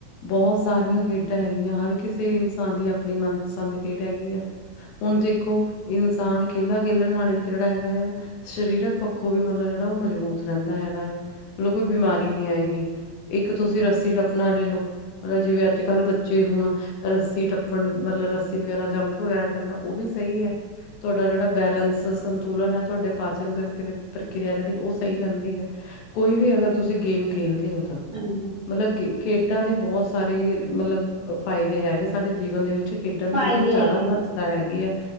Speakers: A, on the left; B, on the right.
A: ਬਹੁਤ ਸਾਰੀਆਂ ਖੇਡਾਂ ਹੈਗੀਆਂ। ਹਰ ਕਿਸੇ ਇਨਸਾਨ ਦੀ ਅਪਣੀ ਮਨਪਸੰਦ ਖੇਡ ਹੈਗੀ ਐ, ਹੁਣ ਦੇਖੋ ਇਨ ਸਾਨ ਖੇਲਾ -ਖੇਲਣ ਨਾਲ ਇੱਕ ਜੇੜਾ ਹੈਗਾ ਯਾ ਸ਼ਰੀਰਕ ਪੱਖੋਂ ਵੀ ਮਤਲਬ ਜੇੜਾ ਓ ਮਜ਼ਬੂਤ ਰੈਂਦਾ ਹੈਗਾ ਯਾ ਮਤਲਬ ਕੋਈ ਬਿਮਾਰੀ ਨੀ ਹੈਗੀ। ਇੱਕ ਤੁਸੀਂ ਰੱਸੀ ਟੱਪਣਾ ਲੇ ਲੋ ਮਤਲਬ ਜਿਵੇਂ ਅੱਜ ਕੱਲ੍ਹ ਬੱਚੇ ਹੁਣ ਰੱਸੀ ਟੱਪਣ ਮਤਲਬ ਰੱਸੀ ਵਗੈਰਾ, ਜੰਪ ਵਗੈਰਾ ਕਰਨਾ ਓ ਵੀ ਸਈ ਐ। ਤੁਆਡਾ ਜੇੜਾ ਬੈਲੈਂਸਸ ਸੰਤੁਲਨ ਐ ਤੁਆਡੇ ਪਾਚਨ ਪ੍ਰਕਰ- ਪ੍ਰਕਿਰਿਆ ਜੇੜੀ ਓ ਸਈ ਰੈਂਦੀ ਐ, ਕੋਈ ਵੀ ਅਗਰ ਤੁਸੀਂ ਗੇਮ ਖੇਲਦੇ ਓ ਤਾਂ।
B: ਹਾਂਜੀ।
A: ਮਲਬ ਗੇ-ਖੇਡਾਂ ਦੇ ਬਹੁਤ ਸਾਰੇ ਮਤਲਬ ਫਾਇਦੇ ਹੈਗੇ ਸਾਡੇ ਜੀਵਨ ਦੇ ਵਿੱਚ। ਖੇਡਾਂ ਦੀ
B: ਫਾਇਦੇ
A: ਬੜੀ ਈ
B: ਹੈਗੇ
A: ਜਾਦਾ ਮਹੱਤਤਾ
B: ਨੇ
A: ਹੈਗੀ ਐ।